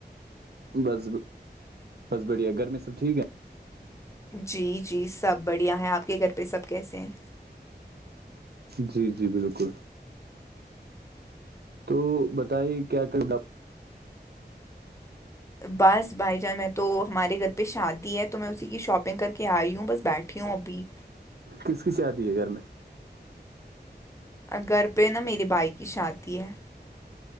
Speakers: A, on the right; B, on the left.
A: بس بس بڑھیا گرمی سب ٹھیک ہے
B: جی جی سب بڑھیا ہیں آپ کے گھر پہ سب کیسے ہیں
A: جی جی بالکل تو بتائی کیا کرنا
B: بس بھائی جان میں تو ہمارے گھر پہ شادی ہے تو میں اسی کی شاپنگ کر کے آئی ہوں بس بیٹھی ہوں ابھی
A: کس کی شادی ہے گھر میں
B: گھر پہ نا میرے بھائی کی شادی ہے